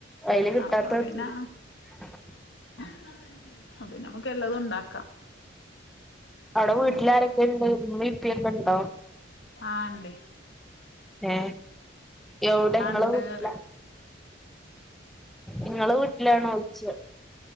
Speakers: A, in the centre; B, on the left.
A: ഐല് കിട്ടാത്ത
B: അപ്പൊ പിന്നെ
A: <unintelligible>
B: <unintelligible> എല്ലതും ഉണ്ടാക്കാം
A: അവടെ വീട്ടിലാരൊക്കെണ്ട് ഇമ്മേയും? ഇപ്പക്കണ്ടോ?
B: ആഹ് ഇണ്ടയ്.
A: ഏഹ്? എവിടെങ്ങളെ
B: ഇണ്ട്
A: വീട്ടിലാ?
B: പറയും
A: ഇങ്ങളെ വീട്ടിലാണോയ്ച്ച.